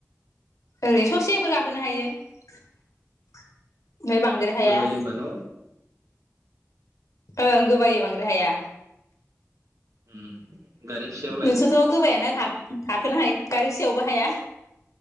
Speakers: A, on the left (about 80°); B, on the right (about 85°).
A: ओरैनो ससेफोर गाखोनो हायो ओमफ्राय बांद्राय हाया
B: गोबायो होमबा न'
A: ओं गोबायो बांद्राय हाया
B: उम गारि फिसायावलाय
A: नोंसोरथ' गोबाया ना हा-हाखोनो हायो गारि फिसायावबो हाया